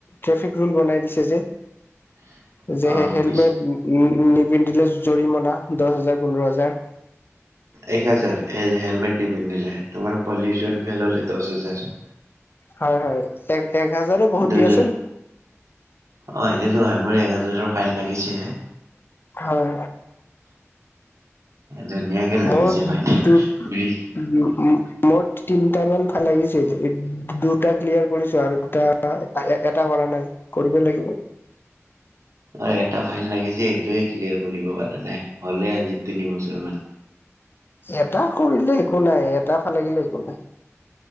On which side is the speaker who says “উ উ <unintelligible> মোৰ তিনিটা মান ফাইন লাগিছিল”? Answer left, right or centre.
Left